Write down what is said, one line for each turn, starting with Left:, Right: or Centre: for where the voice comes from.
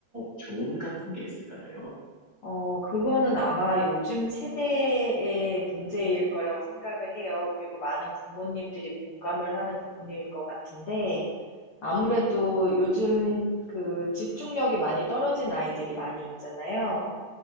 Right: 조언 같은 게 있을까요?
Left: 어 그거는 아마 요즘 세대의 문제일 거라고 생각을 해요. 그리고 많은 부모님들이 공감을 하는 부분일 것 같은데 아무래도 요즘 그 집중력이 많이 떨어진 아이들이 많이 있잖아요.